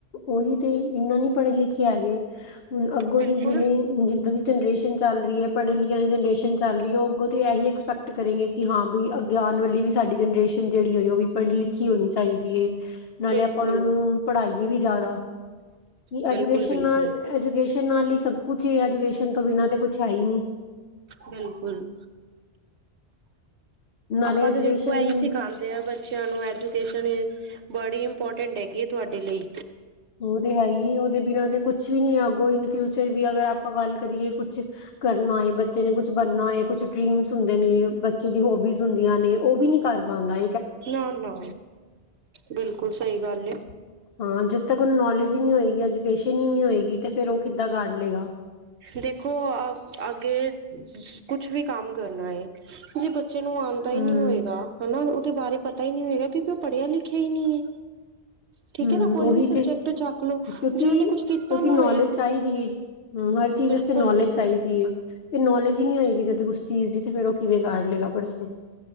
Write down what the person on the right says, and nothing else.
ਬਿਲਕੁਲ
ਬਿਲਕੁਲ
ਬਿਲਕੁਲ
ਬਿਲਕੁਲ
ਬਿਲਕੁਲ।
ਆਪਾਂ
ਤੇ ਦੇਖੋ ਇਹੀ
ਸਿਖਾਉਦੇ ਆ ਬੇ ਬੱਚਿਆਂ ਨੂੰ ਐਜੂਕੇਸ਼ਨ ਬੜੀ ਇੰਪੋਰਟੈਂਟ ਹੈਗੀ ਹੈ ਤੁਹਾਡੇ ਲਈ
ਨਾ ਨਾ ਬਿਲਕੁਲ ਸਹੀ ਗੱਲ ਹੈ।
ਦੇਖੋ ਅ ਅੱਗੇ ਕੁਛ ਵੀ ਕੰਮ ਕਰਨਾ ਹੈ। ਜੇ ਬੱਚੇ ਨੂੰ ਆਣ ਪਤਾ ਹੀ
ਨਹੀਂ ਹੋਏਗਾ ਹਨਾ, ਉਹਦੇ ਬਾਰੇ ਪਤਾ ਹੀ ਨਹੀਂ ਹੋਏਗਾ, ਕਿਉਂਕਿ ਉਹ ਪੜ੍ਹਿਆ ਲਿਖਿਆ ਹੀ ਨਹੀਂ ਹੈ। ਠੀਕ
ਹੈ ਨਾ ਕੋਈ
ਵੀ ਸਬਜੈਕਟ
ਚੱਕ ਲੋ
ਜੇ ਉਹਨੇ ਕੁਛ
ਕੀਤਾ ਨਾ
ਹੋਏ
ਬਿਲਕੁਲ
ਬਿਲਕੁਲ